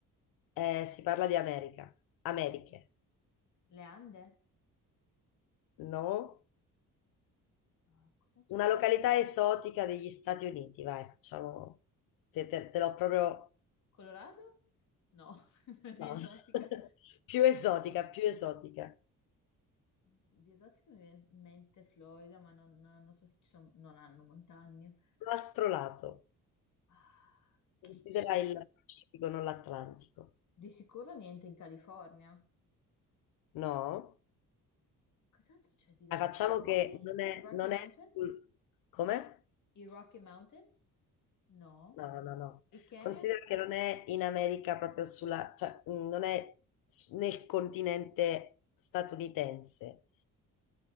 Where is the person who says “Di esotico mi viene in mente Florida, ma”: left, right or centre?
Left